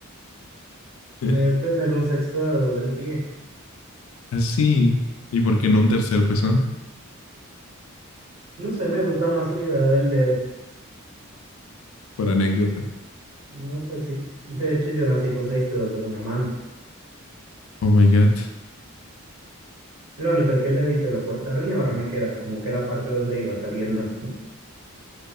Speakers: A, on the left; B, on the right.
A: <laughs>
B: Eh, tener un sexto dedo del pie.
A: Así. ¿Y por qué no un tercer pezón?
B: No sé, me gusta más la idea del dedo.
A: Por anécdota.
B: No, pues sí. De hecho, yo nací con seis dedos en una mano.
A: Oh my God,
B: Lo único es que el dedito lo cortaron y ahora me queda como que la parte donde iba saliendo. <laughs>